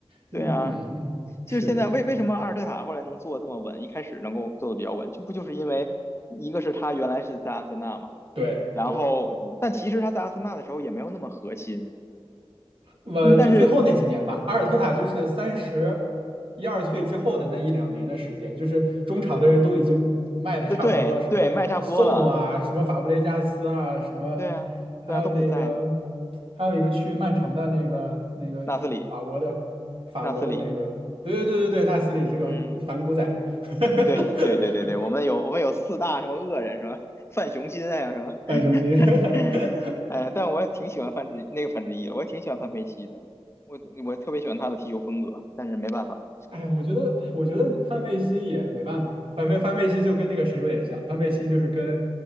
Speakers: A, on the right (about 65°); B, on the left (about 25°).
A: 嗯嗯，
B: 对啊，
A: 嗯是的，
B: 就是现在为为什么阿尔特塔后来能做这么稳，一开始能够做的比较稳，这不就是因为一个是他原来是在阿森纳嘛，
A: 对对。
B: 然后但其实他在阿森纳的时候也没有那么核心，
A: 我就最后那几年吧，
B: 嗯，但是
A: 阿尔特塔就是三十一二岁之后的那一两年的时间，就是中场的人都已经卖的差不多了，
B: 对对对，
A: 什么宋啊，
B: 卖差不多了，
A: 什么法布雷加斯啊，什么
B: 对啊对啊都不在
A: 还有那个还有一个去曼城的那个那个法国的法国的那个，
B: 纳斯里纳斯里，
A: 对对对对对，纳斯里这个反骨仔，
B: 嗯，
A: <laughs>
B: 对对对对对，我们有我们有四大什么恶人什么范雄心还有什么，
A: 反雄心。
B: <laughs>
A: <laughs>
B: 哎，但我也挺喜欢范志那个范志毅的，我也挺喜欢范佩西的，我我特别喜欢他的踢球风格，但是没办法。
A: 哎，我觉得，我觉得范佩西也没办法。范佩范佩西就跟那个谁有点像，范佩西就是跟